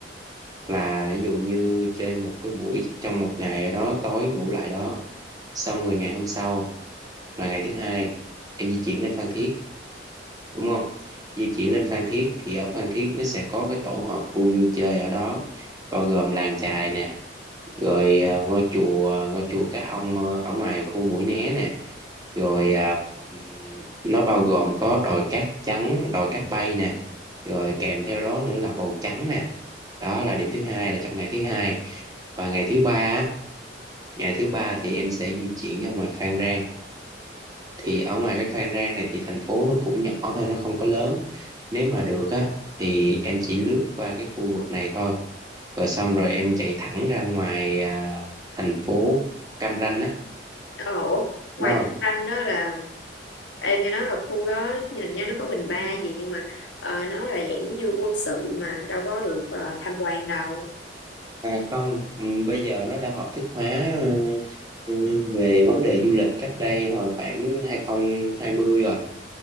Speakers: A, on the right (about 20°); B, on the left (about 85°).
A: là ví dụ như chơi một cái buổi trong một ngày ở đó tối ngủ lại đó xong rồi ngày hôm sau là ngày thứ hai em di chuyển lên Phan Thiết đúng không di chuyển lên Phan Thiết thì ở Phan Thiết nó sẽ có cái tổ hợp khu vui chơi ở đó bao gồm làng chài nè rồi ờ, ngôi chùa ngôi chùa Cá Ông ờ, ở ngoài khu Mũi Né nè rồi à, ừm, nó bao gồm có đồi cát trắng đồi cát bay nè rồi kèm theo đó nữa là bầu trắng nè đó là điểm thứ hai là trong ngày thứ hai và ngày thứ ba á, ngày thứ ba thì em sẽ di chuyển ra ngoài Phan Rang thì ở ngoài cái Phan Rang này thì thành phố nó cũng nhỏ thôi nó không có lớn nếu mà được á thì em chỉ lướt qua cái khu vực này thôi rồi xong rồi em chạy thẳng ra ngoài à, thành phố Cam Ranh á
B: ờ ủa, ngoài
A: đúng không
B: Cam Ranh đó là em nghe nói là khu đó nhìn nha nó có bình ba gì nhưng mà ờ, nó là dạng như quân sự mà đâu có được ờ, tham quan đâu
A: à, không ừm, bây giờ nó đã hợp thức hóa ờ, ừ, về vấn đề du lịch cách đây hồi khoảng 2020 rồi